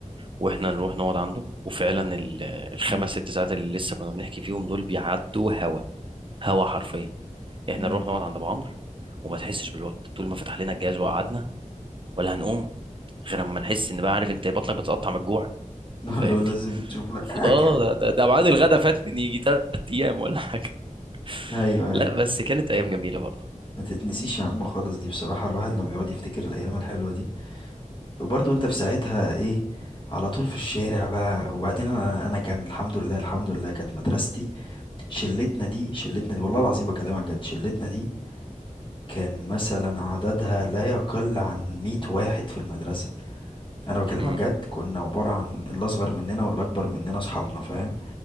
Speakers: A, on the right; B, on the left.
A: واحنا نروح نقعد عنده وفعلا ال- الخمس
B: مم.
A: ست ساعات اللي لسه كنا بنحكي فيهم دول بيعدوا هوا هوا حرفيا احنا
B: مم.
A: نروح نقعد عند ابو عمرو وما تحسش بالوقت طول ما فتح لنا الجهاز وقعدنا ولا هنقوم غير اما نحس ان بقى عارف انت بطنك بتقطع من الجوع
B: <laughs>
A: فاهمني
B: اللي هو لازم
A: <laughs>
B: تشوف لك
A: المفروض
B: حاجه
A: اه ده ده, ده ميعاد الغدا فات من يجي تلات ايام ولا حاجه <laughs>
B: ايوه
A: لا
B: ايوه
A: بس كانت ايام جميله برضه
B: ما تتنسيش يا عم خالص دي بصراحه الواحد لما بيقعد يفتكر الايام الحلوه دي وبرضه انت في ساعتها ايه على طول في الشارع بقى وبعدين انا انا كان الحمد لله الحمد لله كانت مدرستي شلتنا دي شلتنا دي والله العظيم بكلمك جد شلتنا دي كان مثلا عددها لا يقل عن 100 واحد في المدرسة انا بكلمك
A: امم
B: جد كنا عبارة عن اللي اصغر مننا واللي اكبر مننا اصحابنا فاهم